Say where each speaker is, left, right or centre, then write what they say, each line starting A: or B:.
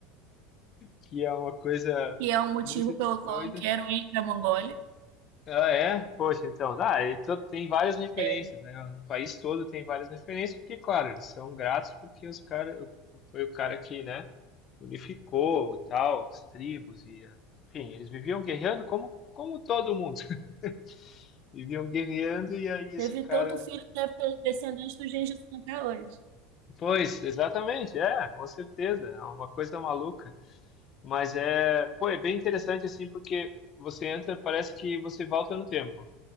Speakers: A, on the left (about 45°); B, on the right (about 65°).
A: que é uma coisa
B: Que é um motivo
A: muito
B: pelo
A: doida.
B: qual eu quero ir pra Mongólia.
A: Ah, é? Poxa, então, ah, e to- tem várias referências,
B: É.
A: né? No país todo tem várias referências, porque, claro, eles são gratos porque os cara, foi o cara que, né, unificou e tal, as tribos e, eh, enfim, eles viviam guerreando como, como todo mundo. <laughs> Viviam guerreando e aí esse
B: Teve
A: cara...
B: tanto filho que deve descendente do Gengis Khan até hoje.
A: Pois, exatamente, é, com certeza, é uma coisa maluca. Mas é, pô, é bem interessante assim, porque você entra, parece que você volta no tempo.